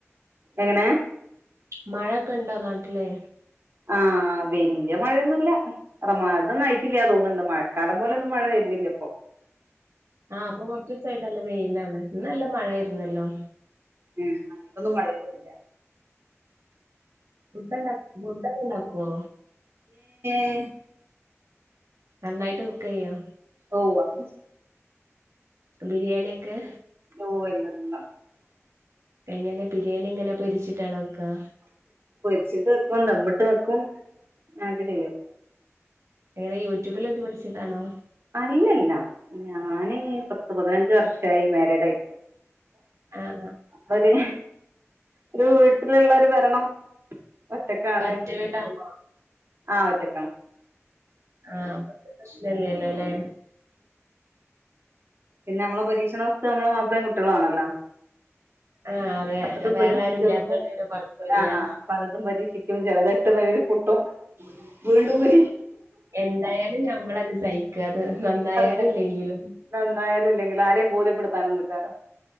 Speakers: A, on the right; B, on the right.
A: എങ്ങനെ
B: മഴൊക്കണ്ടോ നാട്ടില്
A: ആ വെല്ല്യ മഴയൊന്നുല്ലാ <unintelligible> ആയിട്ടില്ലാന്ന് തോന്ന്ണ്ട് മഴക്കാലം പോലെ ഒന്നും മഴ വെര്ന്നില്ലപ്പൊ
B: ആ ഇപ്പൊ കൊറ്ച്ചീസായിട്ട് നല്ല വെയിലാണ് ഇന്ന് നല്ല മഴയാരുന്നല്ലോ
A: ഏ അങ്ങട്ടൊന്നു മഴെയ്തിട്ടില്ല
B: ഫുഡാണ്ടാ ഫുഡോക്കെ ഒണ്ടാക്കുവോ
A: യെ
B: നന്നായിട്ട് കുക്ക് ചെയ്യോ
A: ഓഹ് അതൊക്കെ
B: ബിരിയാണിയെക്കേ
A: <unintelligible>
B: എങ്ങനെ ബിരിയാണി എങ്ങനെ പൊരിച്ചിട്ടാണോ വെക്കാ
A: പൊരിച്ചിട്ട് വെക്കും ദംമിട്ട് വെക്കും അങ്ങക്ക് ചെയ്യും
B: <unintelligible> യൂട്യൂബിലൊക്കി പഠിച്ചതാണോ
A: അല്ല അല്ല ഞാന് പത്ത്, പതിനഞ്ച് വർഷായി മാരേഡ് ആയിട്ട
B: ആാ
A: അവര് ഒര് വീട്ടിലൊള്ള ഒര് ബരണം ഒറ്റക്കാണ്
B: ഒറ്റ വീടാണോ
A: ആാ ഒറ്റക്കാണ്
B: ആാ പ്രശ്നല്ലല്ലോ അല്ലേ
A: പിന്നെ നമ്മളെ പരീക്ഷണ വസ്തു നമ്മളെ മാപ്പിളേയും കുട്ടികളെ ആണല്ലോ
B: ആഹ് അതെ
A: പലതും
B: വേറെ
A: പരീക്ഷിച്ചൊക്കുന്നു
B: ആരും ഇല്ലാത്തോണ്ട് പിന്നെ കൊഴപ്പല്ല
A: ആാ ആാ പലതും പരീക്ഷ ചേലത് എട്ട് നെലേ പൊട്ടു വീണ്ടും പരി
B: എന്തായാലും ഞമ്മളന്നെ സഹിക്കുക. അത് നന്നായാലും
A: അത് തന്നെ
B: ഇല്ലെങ്കിലും.
A: നന്നായാലും ഇല്ലെങ്കിലും ആരെയും ബോധ്യപ്പെടുത്താനൊന്നും ഇല്ലോ